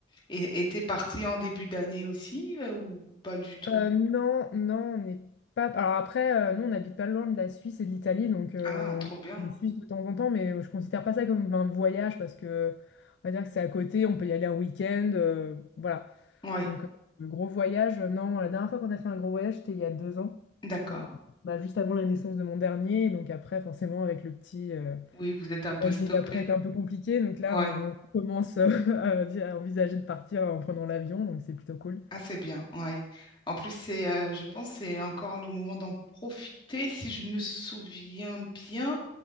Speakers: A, on the left; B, on the left.
A: Et et t'es parti en début d'année aussi, euh, ou pas du tout?
B: Euh, non, non, on n'est pas. Alors après, euh, nous, on n'habite pas loin de la Suisse et de l'Italie, donc euh,
A: Ah, trop
B: on
A: bien.
B: on en Suisse de temps en temps, mais euh, je considère pas ça comme un voyage parce que on va dire que c'est à côté, on peut y aller un week-end, euh, voilà.
A: Ouais.
B: Donc, euh, le gros voyage, euh, non, la dernière fois qu'on a fait un gros voyage, c'était il y a deux ans,
A: D'accord.
B: euh, bah, juste avant la naissance de mon dernier, donc après, forcément, avec le petit. euh,
A: Oui, vous êtes un peu
B: L'année
A: stoppé.
B: d'après est un peu compliquée, donc là,
A: Ouais.
B: on on commence euh, <laughs> à dire- à envisager de partir en prenant l'avion, donc c'est plutôt cool.
A: Ah, c'est bien. Ouais. En plus, c'est, euh, je pense, que c'est encore le moment d'en profiter. Si je me souviens bien,